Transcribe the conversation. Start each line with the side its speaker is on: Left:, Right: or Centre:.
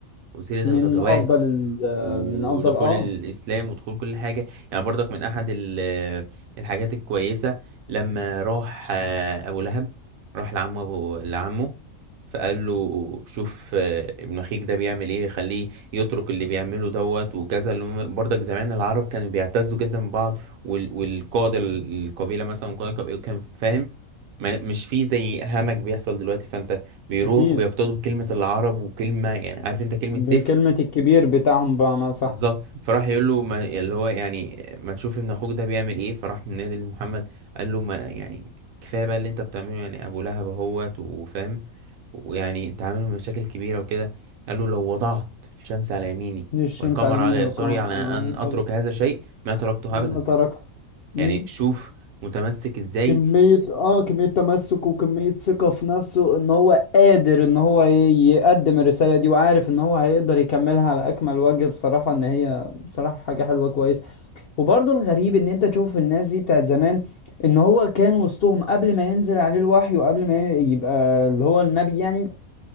Right: وسيرة
Left: من
Right: الغزوات
Left: افضل ال-
Right: ودخول
Left: من افضل اه
Right: الإسلام ودخول كل حاجة يعني برضك من أحد ال- الحاجات الكويسة لما راح آه، أبو لهب راح لعمه أبو لعمه فقال له شوف آه، ابن أخيك ده بيعمل إيه خليه يترك اللي بيعمله دوت وكذا اللي هم- برضك زمان العرب كانوا بيعتزوا جدا ببعض وال- والقادة ال- القبيلة مثلا وقائد القبيلة كان فاهم ما- مش في زي همج بيحصل دلوقتي فأنت بيروح
Left: اكيد
Right: وبيقتدوا بكلمة العرب وكلمة يعني عارف أنت كلمة
Left: بكلمه
Right: سيف
Left: الكبير بتاعهم بمعنى صح
Right: بالظبط فراح يقول له ما اللي هو يعني ما تشوف ابن اخوك ده بيعمل ايه فراح من نادي لمحمد قال له ما يعني كفايه بقى اللي انت بتعمله يعني ابو لهب اهوت وفاهم ويعني انت عامل مشاكل كبيره وكده قال له لو وضعت الشمس على يميني
Left: الشمس
Right: والقمر
Left: على
Right: على
Left: مين والقمر
Right: يساري على
Left: آه
Right: ان
Left: يصل
Right: اترك هذا الشيء ما تركته
Left: ما
Right: ابدا
Left: تركته مم.
Right: يعني شوف متمسك ازاي
Left: كمية اه كمية تمسك وكمية ثقة في نفسه ان هو قادر ان هو ي- يقدم الرسالة دي وعارف ان هو هيقدر يكملها على اكمل وجه بصراحة ان هي بصراحة حاجة حلوة كويس وبرضه الغريب ان انت تشوف الناس دي بتاعت زمان ان هو كان وسطهم قبل ما ينزل عليه الوحي وقبل ما ي- يبقى اللي هو النبي يعني